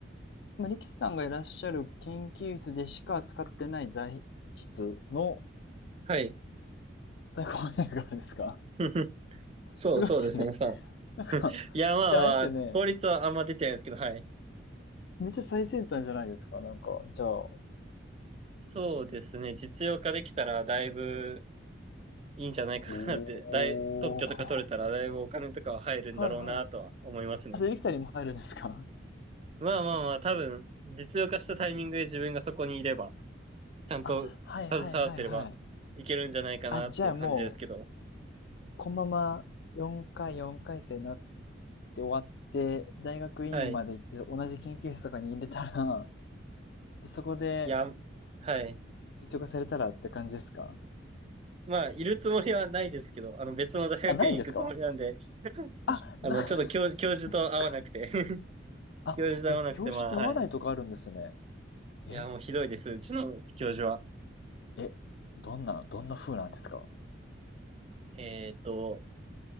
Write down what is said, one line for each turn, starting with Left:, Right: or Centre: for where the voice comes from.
Left: 今、力士さんがいらっしゃる研究室でしか使ってない材質の
Right: はい。
Left: 太鼓判ネルがあるんですか
Right: <laughs> そう、
Left: すごいですね。
Right: そうですね、さ。
Left: <laughs> なんか、
Right: いや、まあまあ、
Left: じゃああれですよね。
Right: 効率はあんま出てないですけど、はい。
Left: めっちゃ最先端じゃないですか。なんか、じゃあ。
Right: そうですね、実用化できたらだいぶいいんじゃないかなって、
Left: おー。
Right: <laughs> だい、特許とか取れたらだいぶお金とかは入るんだろうなとは思いますね。
Left: <laughs> はいはい。あ、それ、リキさんにも入るんですか
Right: まあまあまあ、多分、実用化したタイミングで自分がそこにいれば、ちゃんと携わってればいけるんじゃないかなっていう感じですけど。
Left: あ、はいはいはいはい。あ、じゃあもう、このまま4回、4回生になって終わって、大学院まで行って、
Right: はい。
Left: 同じ研究室とかに入れたら、<laughs> で、そこで
Right: いや、はい。
Left: 実用化されたらって感じですか
Right: まあ、いるつもりはないですけど、あの、別の大学院行くつもりなんで、
Left: あ、ないんですかあ、
Right: あの、
Left: な、
Right: ちょっと教、
Left: <laughs>
Right: 教授と会わなくて
Left: そっか。
Right: <laughs>
Left: あ、
Right: 教授と会わなくて、
Left: え、教授と合わないとかあるんですね。
Right: まあ、はい。
Left: え、
Right: いや、もうひどいです、うちの教授は。
Left: え、どんなどんな風なんですか？
Right: えっと、